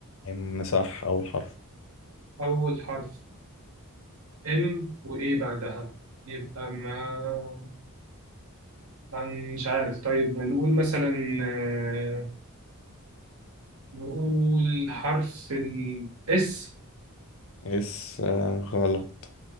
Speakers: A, on the left (about 60°); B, on the right (about 70°).
A: ام صح اول حرف
B: أول حرف ام وإيه بعدها يبقى ما عن مش عارف طيب نقول مثلا آه، نقول حرف الاس
A: اس آه، غلط